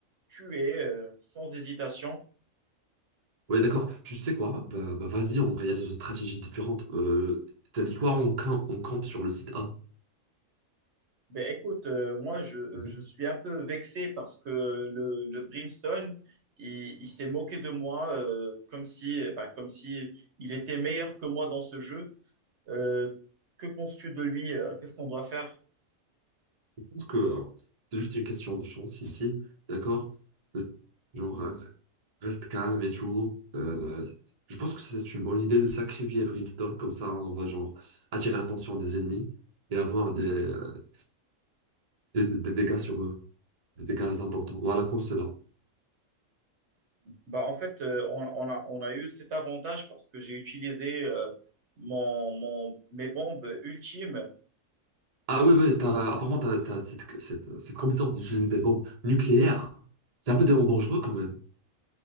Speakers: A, on the right; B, on the right.
A: tué euh, sans hésitation.
B: Ouais, d'accord. Tu sais quoi? Bah, bah, vas-y, on réalise une stratégie différente. Euh, t'as dit quoi? On, cam- on campe sur le site A.
A: Mais écoute, euh, moi, je, euh,
B: Mhm.
A: je suis un peu vexé parce que le, le Brimstone, il, il s'est moqué de moi euh, comme si, bah, comme si il était meilleur que moi dans ce jeu. Euh, que penses-tu de lui? Euh, Qu'est-ce qu'on doit faire?
B: Je pense que euh, c'est juste une question de chance ici. D'accord? Le- Genre, euh, reste calme et tout. Euh, je pense que c'est une bonne idée de sacrifier Brimstone. Comme ça, on va genre attirer l'attention des ennemis et avoir des, euh, des, des dégâts sur eux. Des dégâts importants. Voilà, comme cela.
A: Bah, en fait, euh, on, on a, on a eu cet avantage parce que j'ai utilisé euh, mon, mon- mes bombes ultimes.
B: Ah oui, oui, t'as- apparemment, tu as, cette, cette, cette compétence d'utiliser des bombes nucléaires. C'est un peu dé- dangereux quand même.